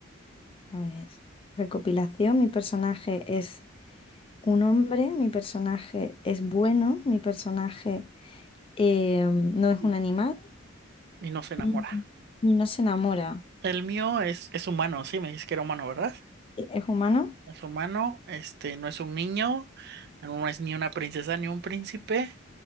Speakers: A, on the left; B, on the right.
A: A ver, recopilación. Mi personaje es un hombre. Mi personaje es bueno. Mi personaje em, no es
B: Mm,
A: un animal.
B: Y no se enamora.
A: Mm. Y no se enamora.
B: El mío es, es humano, sí, me dices que era humano, ¿verdad?
A: ¿Es humano?
B: Es humano, este, no es un niño, no es ni una princesa ni un príncipe,